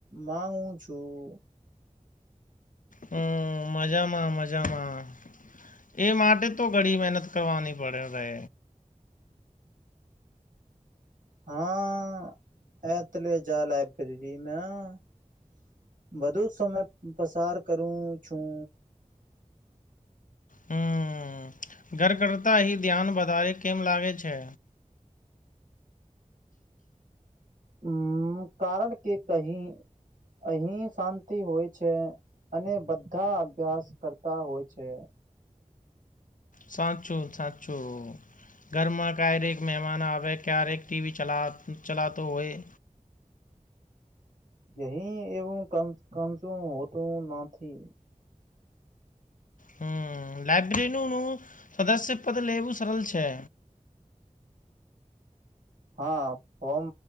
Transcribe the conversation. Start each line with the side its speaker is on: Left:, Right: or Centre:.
Right: માગું છું.
Left: હમ, મજામાં મજામાં. એ માટે તો ઘણી મહેનત કરવાની પડે રહે.
Right: હા <unintelligible> વધુ સમય પસાર કરું છું.
Left: હમ ઘર કરતાં અહીં ધ્યાન વધારે કેમ લાગે છે?
Right: અમ કારણ કે કહી અહી શાંતિ હોય છે. અને બધા અભ્યાસ કરતા હોય છે.
Left: સાચું, સાચું. ઘરમાં ક્યારેક મહેમાન આવે, ક્યારેક ટીવી ચલાવતો હોય.
Right: <unintelligible> હોતું નથી.
Left: હમ, લાઈબ્રેરીનું સદસ્ય પદ લેવું સરળ છે.
Right: હા, ફોમ